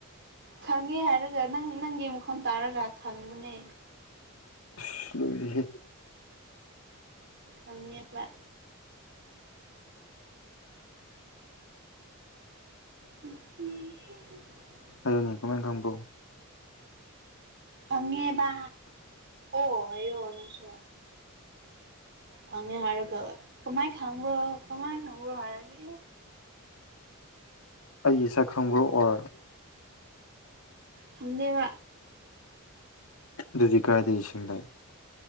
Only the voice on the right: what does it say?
ꯈꯪꯉꯦ ꯍꯥꯏꯔꯒ ꯅꯪ ꯅꯪꯒꯤ ꯃꯈꯣꯟ ꯇꯥꯔꯒ ꯈꯪꯕꯅꯦ
ꯈꯪꯉꯕ ꯎꯝ ꯎꯝ <unintelligible>
ꯈꯪꯉꯦꯕ ꯑꯣ ꯍꯥꯏꯑꯣ ꯅꯡꯁꯨ ꯈꯪꯉꯦ ꯍꯥꯏꯔꯒ ꯀꯃꯥꯏ ꯈꯪꯕ꯭ꯔꯣ ꯀꯃꯥꯏ ꯈꯪꯕ꯭ꯔ ꯍꯥꯏꯔꯗꯤ
ꯈꯝꯗꯦꯕ